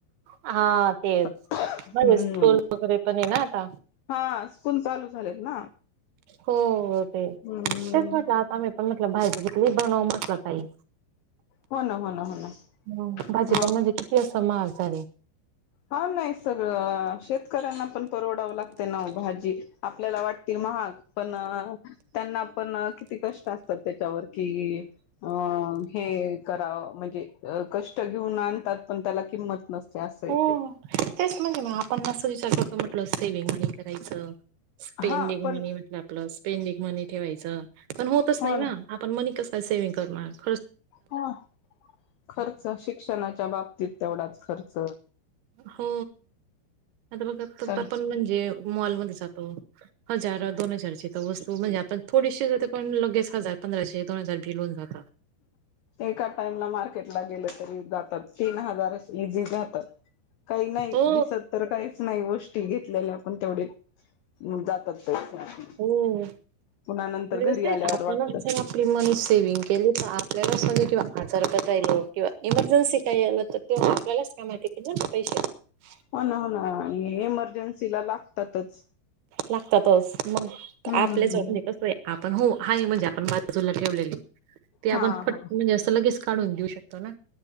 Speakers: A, on the right; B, on the left.
A: हा तेच
B: हम्म
A: माझे स्कूल वगैरे पण आहे ना आता
B: हा स्कूल चालू झालेत ना.
A: हो ते
B: हम्म
A: तेच म्हटलं, आता आम्ही पण म्हटलं भाजी घेतली बनवू म्हटलं काही.
B: हो ना हो ना हो ना
A: ह भाजीला
B: मग
A: म्हणजे किती अस महाग झालय.
B: हा नाही सगळं शेतकऱ्यांना पण परवडावं लागते ना भाजी आपल्याला वाट महाग पण त्यांना आपण किती कष्ट असतात त्याच्यावर कि अ हे करावं म्हणजे कष्ट घेऊन आणतात पण त्याला किंमत नसते असंय
A: हो तेच म्हणजे मग आपण अस विचार करतो म्हटल सेविगमनी करायचं स्पेंडिंग
B: हा पण
A: मनी म्हटलं, आपलं स्पेंडिंग मनी ठेवायचं. पण होतच
B: हो
A: नाही ना, आपण मनी कस सेविग करणारं
B: ह खर्च शिक्षणाच्या बाबतीत तेवढाच खर्च.
A: हो आता बघा
B: च
A: आपण म्हणजे मॉलमध्ये जातो हजार दोन हजारची का वस्तू म्हणजे आपण थोडीशी जाते पण लगेच हजार पंधराशे दोन हजार बील हून जातं.
B: एका टाइमला मार्केटला गेल, तरी जातात तीन हजार. इझी जातात काही नाही
A: हो
B: दिसत तर काहीच नाही गोष्टी घेतलेल्या पण तेवढे जातात. पैसे
A: हो म्हणजे
B: पुन्हा नंतर घरी
A: कस,
B: आल्यावर
A: आपणच
B: वाटत हो
A: जर आपली मनी सेविंग केली त आप आपल्याला म्हण किंवा आजारात जायलो किंवा इमर्जन्सी काही आलं तर तेव्हा आपल्यालाच का माहिती की पैसे <unintelligible> <unintelligible>
B: हो ना हो ना आणि इमर्जन्सीला लागतातच.
A: लागतातच मग
B: हम्म
A: आपल्याच म्हणजे कसं आहे आपण हो आहे म्हणजे आपण बाजूला ठेवलेली, ते आपण
B: हा
A: फट
B: हा
A: म्हणजे असं लगेच काढून देऊ शकतो ना.